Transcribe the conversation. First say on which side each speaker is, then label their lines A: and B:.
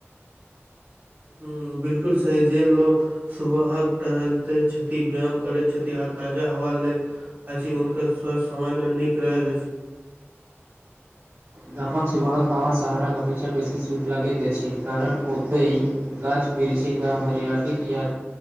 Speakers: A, on the right; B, on the right.
A: ह बिलकुल सी जे लोको सुबह टहलते छथि व्याम करैत छथि आ ताजा हवा ले अछि हुनकर स्वस्थ्य समजमे निक रहैत अछि
B: गामक सुबहक हवा शहरक अपेक्षा बेसी शुद्ध लागैत अछि कारण ओतहि गाछ वृक्षीके हरियालीके या